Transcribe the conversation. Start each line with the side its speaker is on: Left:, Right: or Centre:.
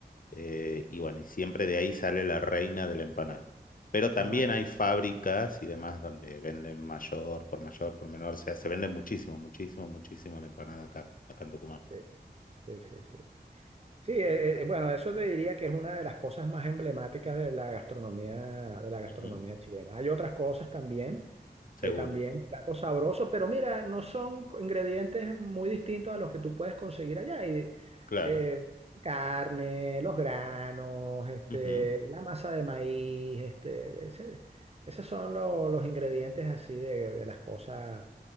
Left: eh, y bueno, y siempre de ahí sale la reina de la empanada. Pero también
Right: man,
Left: hay fábricas y demás donde venden mayor, por mayor, por menor. O sea, se vende muchísimo, muchísimo, muchísimo la empanada acá, acá en Tucumán.
Right: sí, sí, sí, sí. Sí,
Left: Así
Right: eh,
Left: que está.
Right: eh, bueno, eso te diría que es una de las cosas más emblemáticas de la gastronomía, de la gastronomía
Left: Ujú.
Right: chilena. Hay otras cosas también
Left: Seguro,
Right: Eh, también
Left: seguro.
Right: platos sabrosos, pero mira, no son ingredientes muy distintos a los que tú puedes conseguir allá. Y,
Left: Claro.
Right: eh, carne, los granos, este,
Left: Ujú.
Right: la masa de maíz, este, ese- esos son lo- los ingredientes así de, de las cosas,